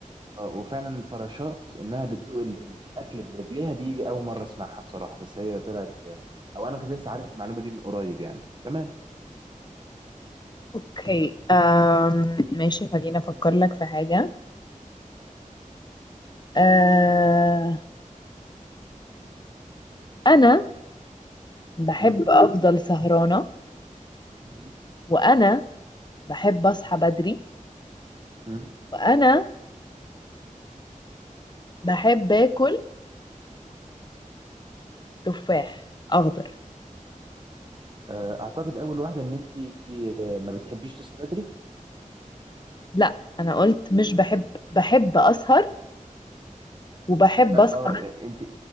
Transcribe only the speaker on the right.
آه، وفعلا الفراشات انها بتدوق ال- الاكل برجليها دي اول مره اسمعها بصراحه بس هي طلعت آه، او انا كنت لسه عارف المعلومه دي من قريب يعني تمام
تمام
مم.
مم.
مم.
آه، اعتقد اول واحده ان انت آه، ما بتحبيش تصحي بدري
اه
آه،
انت